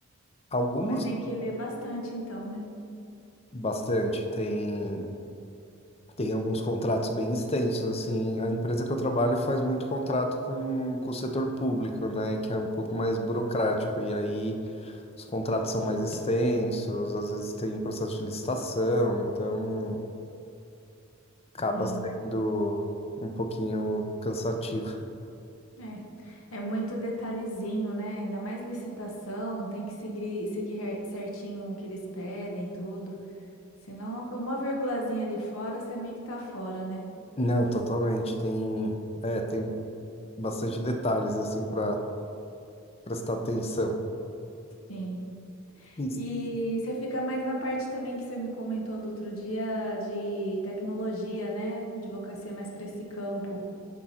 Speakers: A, on the left (about 30°); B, on the left (about 80°).
A: Algumas
B: mas tem que ler bastante então, né?
A: bastante, tem tem alguns contratos bem extensos, assim. A empresa que eu trabalho faz muito contrato com, com o setor público, né, que é um pouco mais burocrático e aí os contratos são mais extensos, às vezes tem processo de licitação, então acaba
B: Sim.
A: sendo um pouquinho cansativo.
B: É, é muito detalhezinho, né? Ainda mais licitação, tem que seguir, seguir re- certinho o que eles pedem, tudo. Senão, uma co- uma virgulazinha ali fora, você meio que tá fora, né?
A: <laughs> Não, totalmente. Tem, é, tem bastante detalhes assim para prestar atenção.
B: Sim.
A: Isso,
B: E você fica mais na parte também que você me comentou do outro dia de tecnologia, né? Advocacia mais para esse campo.